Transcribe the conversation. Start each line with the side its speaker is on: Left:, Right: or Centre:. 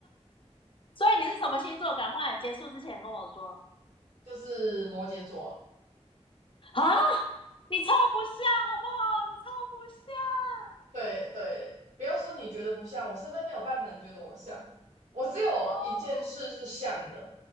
Left: 所以你是什么星座？赶快结束之前跟我说
Right: 就是摩羯座啊。
Left: 啊！你超不下，好不好？你超不下
Right: 对对，不要说你觉得不像，我身边没有半个人觉得我像，我只有一件事是像的，
Left: 哦。